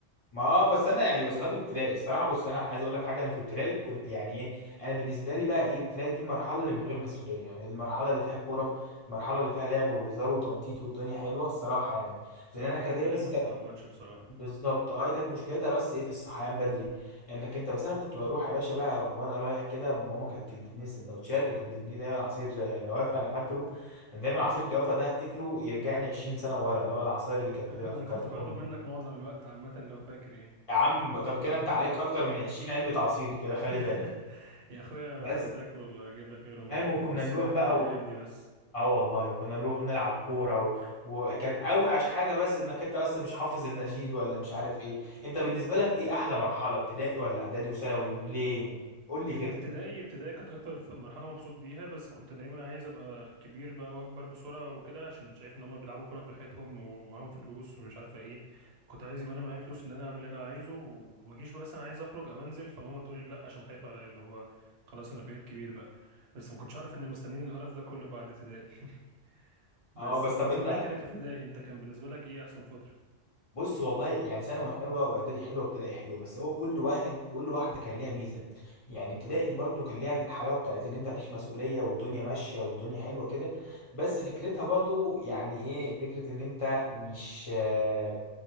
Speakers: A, on the left; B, on the right.
A: ما اه بس انا يعني بس ده في ابتدائي الصراحه بص انا عايز اقول لك حاجه انا في ابتدائي كنت يعني ايه انا بالنسبه لي بقى ايه ابتدائي دي المرحله اللي من غير مسؤوليه يعني المرحله اللي فيها كوره المرحله اللي فيها لعب وهزار وتنطيط والدنيا حلوه الصراحه يعني
B: بصراحة
A: لان انا كانت
B: كانت
A: هي
B: ايام
A: بس
B: ما
A: كانت
B: تتعوضش بصراحة
A: بالظبط اه هي كانت مشكلتها بس ايه في الصحيان بدري انك انت بس انا كنت بروح يا باشا بقى اروح وانا رايح كده ماما كانت تديني السندوتشات وكانت بتديني دايما عصير آه، جوافه انا فاكره دايما عصير الجوافه ده افتكره يرجعني 20 سنه ورا اللي هو العصاير اللي
B: <laughs>
A: كانت
B: انا
A: بتبقى في كرتون
B: كنت باخده منك
A: دي
B: معظم الوقت عامة لو فاكر يعني
A: يا عم طب كده انت عليك اكتر من 20 علبة عصير كده
B: <laughs>
A: خلي بالك
B: يا اخويا
A: بس
B: فداك والله اجيب لك غيرهم
A: فاهم
B: عادي
A: وكنا
B: بس
A: نروح
B: نرجع
A: بقى
B: للايام
A: و...
B: دي بس
A: اه والله كنا نروح نلعب كورة و... وكان اوحش حاجة بس انك انت بس مش حافظ النشيد ولا مش عارف ايه انت بالنسبة لك ايه احلى مرحلة ابتدائي ولا اعدادي وثانوي وليه قول لي
B: هي
A: كده
B: ابتدائي ابتدائي كانت اكتر ف- مرحله مبسوط بيها بس كنت دايما عايز ابقى كبير بقى واكبر بسرعه وكده عشان شايف ان هم بيلعبوا كوره براحتهم ومعاهم فلوس ومش عارفه ايه كنت عايز يبقى انا معايا فلوس ان انا اعمل اللي انا عايزه وما اجيش بقى أصل انا عايز اخرج او انزل فماما تقول لي لا عشان خايفه عليا اللي هو خلاص انا بقيت كبير بقى بس ما كنتش عارف ان مستنيين القرف ده كله بعد ابتدائي <laughs> بس
A: اه بس
B: بالنسبه
A: طب انت
B: لي كانت ابتدائي انت كان بالنسبه لك ايه احسن فتره
A: بص والله يعني ثانوي حلوه واعدادي حلوه وابتدائي حلوه بس هو كل واحد كل واحده كان ليها ميزه يعني ابتدائي برضو كان ليها الحلاوه بتاعت ان انت مفيش مسؤوليه والدنيا ماشيه والدنيا حلوه كده بس فكرتها برضو يعني ايه فكره ان انت مش آه،